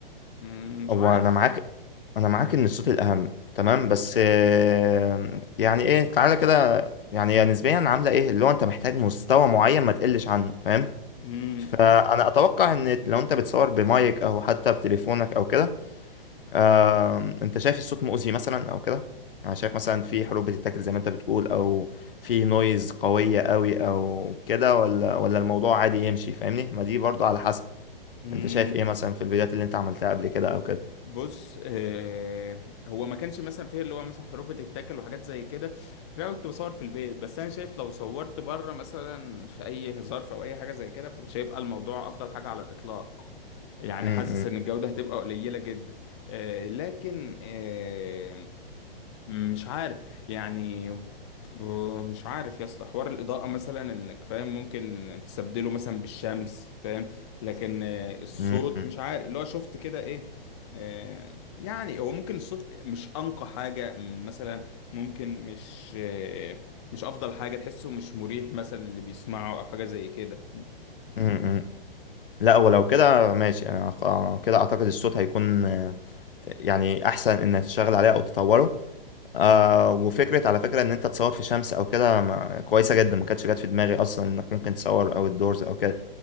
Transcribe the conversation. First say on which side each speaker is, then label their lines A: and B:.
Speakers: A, on the left; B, on the left.
A: مم، مش
B: هو
A: عارف
B: انا معاك انا معاك ان الصوت الاهم تمام بس آه، يعني ايه تعالى كده يعني هي نسبيا عامله ايه اللي هو انت محتاج مستوى معين ما تقلش عنه فاهم
A: مم،
B: فانا اتوقع ان لو انت بتصور بمايك او حتى بتليفونك او كده آه، انت شايف الصوت مؤذي مثلا او كده انا شايف مثلا في حروف بتتاكل زي ما انت بتقول او في نويز قوية قوي او كده ولا ولا الموضوع عادي يمشي فاهمني ما دي برضو على حسب
A: مم،
B: انت شايف ايه مثلا في الفيديوهات اللي انت عملتها قبل كده او كده
A: بص آه هو ما كانش مثلا فيه اللي هو مثلا حروف بتتاكل وحاجات زي كده عشان أنا كنت بصور في البيت بس انا شايف لو صورت بره مثلا في اي ظرف او اي حاجه زي كده فمش هيبقى الموضوع افضل حاجه على الاطلاق يعني
B: م-
A: حاسس
B: م-
A: ان الجوده هتبقى قليله جدا آه لكن آه مش عارف يعني ب- مش عارف يا اسطى حوار الإضاءة مثلا انك فاهم ممكن تستبدله مثلا بالشمس فاهم لكن آه، الصوت
B: م-
A: مش عارف اللي هو شفت كده ايه آه، يعني هو ممكن الصوت مش أنقى حاجة م، مثلا ممكن مش آه، مش أفضل حاجة تحسه مش مريح مثلا اللي بيسمعه أو حاجة زي كده
B: م- م. لا ولو كده ماشي أنا خ- كده اعتقد الصوت هيكون آه، يعني احسن انك تشتغل عليه او تطوره آه وفكره على فكره ان انت تصور في شمس او كده ما- كويسه جدا ما كانتش جت في دماغي اصلا انك ممكن تصور او الدورز او كده